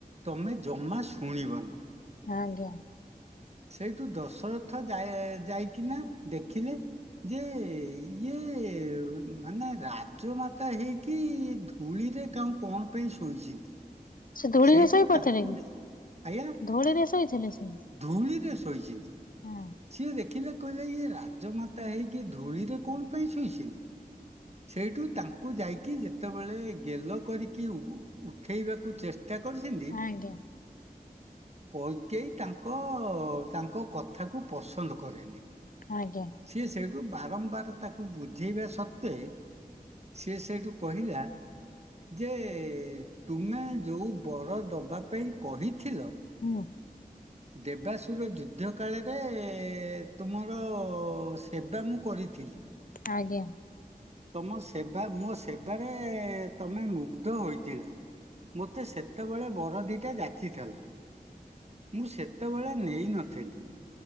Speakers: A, on the right (about 45°); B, on the left (about 65°).
A: ତମେ ଜମା ଶୁଣିବନି।
B: ଆଜ୍ଞା।
A: ସେଇଠୁ ଦଶରଥ ଯାଆ ଯାଇକିନା ଦେଖିଲେ। ଯେ ଇଏ ମାନେ ରାଜ୍ୟ ମା ଏଟା ହେଇକି ଧୂଳିରେ କଉ କଣ ପାଇଁ ଶୋଇଚିନ୍ତି?
B: ସେ ଧୂଳିରେ
A: ସେଇଠୁ
B: ଶୋଇ ପଡିଥିଲେ
A: ତାଙ୍କୁ
B: କି
A: ଆଜ୍ଞା <inaudible>
B: ଧୂଳିରେ ଶୋଇଥିଲେ ସେ
A: ଧୂଳିରେ ଶୋଇଚିନ୍ତି।
B: ହଁ
A: ସିଏ ଦେଖିଲେ କହିଲେ ଇଏ ରାଜମାତା ହେଇକି ଧୂଳିରେ କଣ ପାଇଁ ଶୋଇଚିନ୍ତି। ସେଇଠୁ ତାଙ୍କୁ ଯାଇକି ଯେତେବେଳେ ଗେଲ କରିକି ଉ ଉଠେଇବାକୁ ଚେ ଟା କରିଛିନ୍ତି।
B: ଆଜ୍ଞା।
A: <inaudible> କୈକେଇ ତାଙ୍କ ତାଙ୍କ କଥାକୁ ପସନ୍ଦ କରେନି।
B: ଆଜ୍ଞା
A: ସିଏ ସେଇଠୁ ବାରମ୍ବାର ତାକୁ ବୁଝେଇବା ସତ୍ତ୍ୱେ ସେ ସେଠୁ କହିଲା ଯେ ତୁମେ ଯୋଉ ବର ଦବା ପାଇଁ କହିଥିଲ?
B: ଉଁ।
A: ଦେବାଶୁର ଯୁଦ୍ଧ କାଳରେ ତୁମର ସେବା ମୁଁ କ ଥିଲି
B: ଆଜ୍ଞା।
A: ତମ ସେବା ମୋ ସେବାରେ ତମେ ମୁଗ୍ଧ ହୋଇଥିଲ। ମୋତେ ସେତେବେଳେ ବର ଦିଟା ଯାଚିଥିଲ। ମୁଁ ସେତବେଳେ ନେଇନଥିଲି।